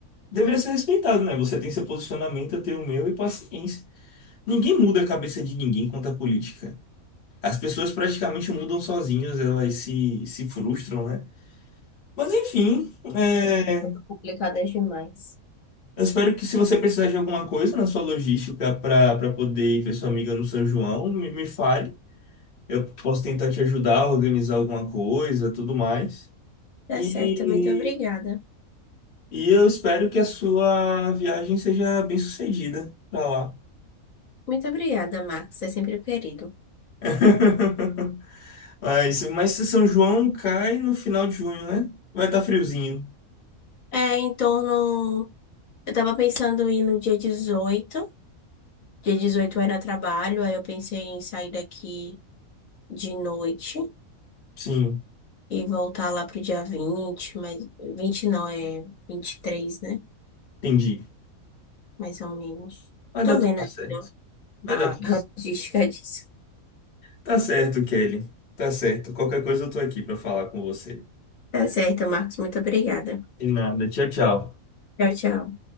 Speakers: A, on the left; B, on the left.
A: Deveria ser respeitada né? Você tem seu posicionamento, eu tenho o meu e paciência. Ninguém muda a cabeça de ninguém quanto à política. As pessoas praticamente mudam sozinhas, elas se, se frustram, né? Mas enfim, é,
B: Muito Complicado é demais.
A: eu espero que se você precisar de alguma coisa na sua logística para poder ir ver sua amiga no São João, me, me fale. Eu posso tentar te ajudar a organizar alguma coisa, tudo mais.
B: Tá
A: E,
B: certo, muito obrigada.
A: e eu espero que a sua viagem seja bem sucedida pra lá.
B: Muito obrigada, Max É sempre um querido.
A: <laughs> Mas, mas se São João cai no final de junho, né? Vai estar friozinho.
B: É, em torno. Eu tava pensando em ir no dia dezoito Dia 18 eu era trabalho, aí eu pensei em sair daqui de noite.
A: Sim,
B: e voltar lá pro dia vinte mas 20 não, é vinte e três né?
A: entendi.
B: Mais ou menos.
A: Vai
B: Tô
A: dar tudo
B: vendo
A: certo. Vai
B: a
A: dar tudo
B: a <laughs>
A: certo.
B: logística disso.
A: Tá certo, Kelly. Tá certo. Qualquer coisa eu tô aqui pra falar com você.
B: Tá certo, Marcos. Muito obrigada.
A: E nada. Tchau, tchau.
B: Tchau, tchau.